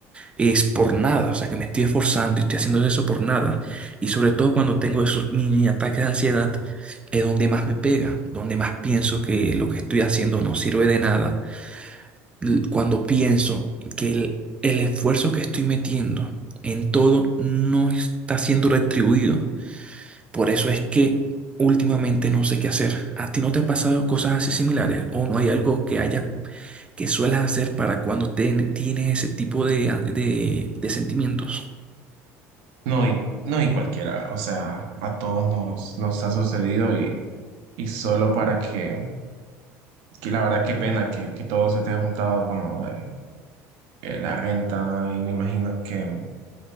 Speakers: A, on the right; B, on the right.
A: es por nada, o sea, que me estoy esforzando y estoy haciendo eso por nada. Y sobre todo cuando tengo esos mini ataques de ansiedad, es donde más me pega, donde más pienso que lo que estoy haciendo no sirve de nada l- cuando pienso que el, el esfuerzo que estoy metiendo en todo no está siendo retribuido. Por eso es que últimamente no sé qué hacer. ¿A ti no te ha pasado cosas así similares? ¿O no hay algo que haya que suelas hacer para cuando ten- tienes ese tipo de, an- de, de sentimientos?
B: No, y, no, y cualquiera, o sea, a todos nos, nos ha sucedido y, y solo para que, que la verdad qué pena que, que todo se te ha juntado con lo de eh, la renta y me imagino que...